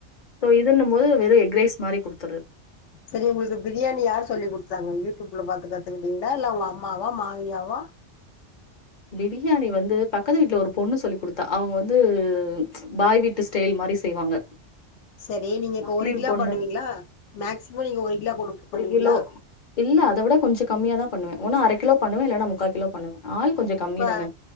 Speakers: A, on the left; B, on the left.
A: சோ இதுன்னும் போது வெறு எக்ரைஸ் மாறி குடுத்துர
B: சரி உங்ளுக்கு பிரியாணி யார் சொல்லி குடுத்தாங்க யூடியூப்ல பாத்து கத்துக்கிட்டீங்ளா இல்ல உங்க அம்மாவா மாமியாவா
A: பிரியாணி வந்து பக்கத்து வீட்ல ஒரு பொண்ணு சொல்லி் குடுத்தா அவுங்க வந்து பாய் வீட்டு ஸ்டைல் மாரி செய்வாங்க
B: சரி நீங்க இப்ப
A: முஸ்லீம்
B: ஒரு கிலோ
A: பொண்ணு.
B: பண்ணுவீங்ளா மேக்சிமோ நீங்க ஒரு கிலோ போட்டு பண்ணுவீங்ளா
A: கிலோ இல்ல அத விட கொஞ்ச கம்மியா தா பண்ணுவே ஒன்னு அர கிலோ பண்ணுவே இல்லன்னா முக்கா கிலோ பண்ணுவே ஆள் கொஞ்சம் கம்மி
B: இப்ப
A: தான.